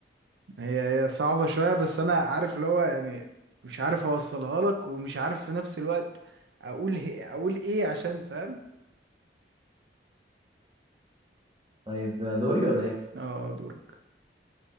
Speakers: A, on the right (about 75°); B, on the right (about 25°).
A: هي هي صعبة شوية بس انا عارف اللي هو يعني مش عارف اوصلها لك ومش عارف في نفس الوقت اقول هي... اقول ايه عشان فاهم
B: طيب دوري ولا ايه
A: اه دورك